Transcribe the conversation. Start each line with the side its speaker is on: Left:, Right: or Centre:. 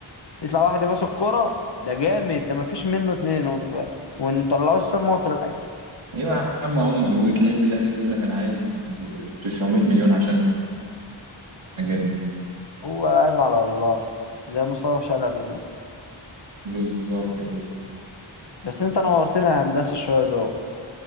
Left: يطلع واحد يباص الكرة ده جامد ده مفيش منه اتنين ونف... ونطلعوه السما في الحاج
Right: ايوه يا عم هم وتلاقي في الاخر يقول لك انا عايز 900 مليون عشان اجدد
Left: هو لاعب على الله زي مصطفى شلبي مثلا
Right: بالظبط كده
Left: بس انت نورتنا يا هندسة شوية دول